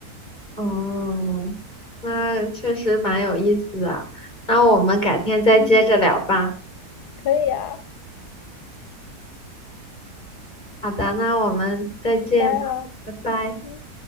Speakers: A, on the left; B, on the left.
A: 哦，那确实蛮有意思的。那我们改天再接着聊吧。
B: 嗯，可以啊，
A: 好的，那我们再见吧，
B: 拜拜啦。
A: 拜拜。
B: 嗯